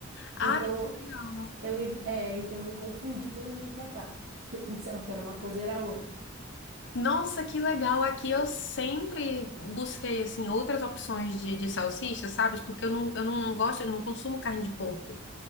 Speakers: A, on the left; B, on the right.
A: Ai,
B: Então
A: que legal.
B: eu me, é, então eu me confundi quando eu vim pra cá. Que eu pensava que era uma coisa e era outra.
A: Nossa, que legal! Aqui eu sempre busquei assim outras opções de, de salsicha, sabe? Porque eu não, eu não gosto, eu não consumo carne de porco.